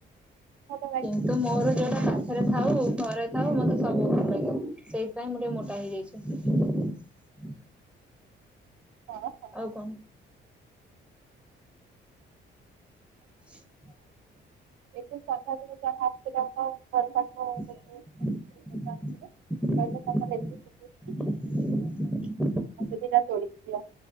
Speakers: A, on the right; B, in the centre.
A: ଭଲ ଲାଗେ
B: କିନ୍ତୁ ମୋରୋ ଯୋଉଟା ପାଖେରେ ଥାଉ ଘରେ ଥାଉ ମତେ ସବୁ ଭଲ ଲାଗିବ ସେଇଥିପାଇଁ ମୁଁ ଟିକେ ମୋଟା ହେଇଯାଇଚି।
A: ଏଠି
B: ଆଉ କଣ? <inaudible>
A: <unintelligible>
B: <inaudible>
A: ସ୍ତ୍ରୀ ଲୋକ ଆସିଥିଲେ କହିଲେ ତମର ଏତେ ଶିଖିଛି ମତେ ଦିଟା ତୋଳିକି ଦିଅ